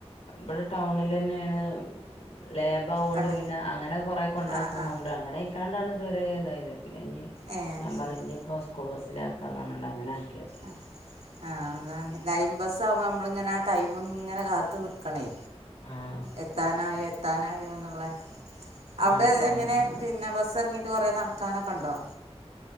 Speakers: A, on the left; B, on the right.
A: ബടെ ടൗണിലെന്നേണ് ലേബാവോണ്ട്
B: കട
A: പിന്നെ അങ്ങനെ കൊറേ കൊണ്ടാകും
B: ആഹ് ആഹ്
A: കണ്ട്രരും അങ്ങനയ്ക്കാണ്ടാണ് ഇതുവരെ തായത് ത് പിന്നെഞ്ഞി
B: ഏഹ്
A: ഞാൻ
B: ശരി
A: പറഞ്ഞു ഇഞ്ഞി ഇപ്പോ സ്കൂൾ ബസ്സിലക്കാർഞ്ഞിക്കാണ്ട് അങ്ങനെ ആക്കി
B: ആഹ് ആ അതാണ് ലൈം ബസ്സാകുമ്പോ നമ്മളിങ്ങനെ ആ ടൈമ്ങ്ങനെ കാത്തു നിക്കണേ
A: ആഹ്
B: എത്താനായോ എത്താനായോന്നുള്ളെ അവിടെ
A: ആഹ്
B: എങ്ങനെ
A: ആഹ് ആഹ്
B: പിന്നെ ബസ്സെറങ്ങീട്ട് കൊറേ നടക്കാനൊക്കണ്ടോ